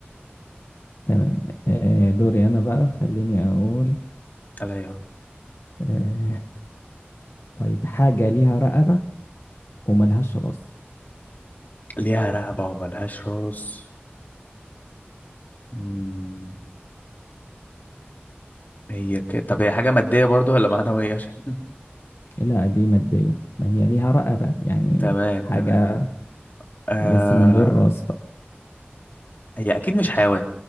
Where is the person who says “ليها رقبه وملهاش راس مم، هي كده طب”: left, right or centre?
Left